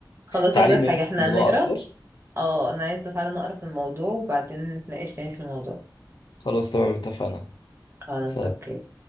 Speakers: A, on the right (about 35°); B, on the left (about 80°).
A: خلاص
B: تعالي
A: اقول لك
B: نرجع
A: حاجة احنا
B: الموضوع
A: هنقرا
B: أكتر
A: اه انا عايزة فعلا اقرا في الموضوع وبعدين نتناقش تاني في الموضوع
B: خلاص تمام اتفقنا
A: خلاص
B: سلام
A: اوكي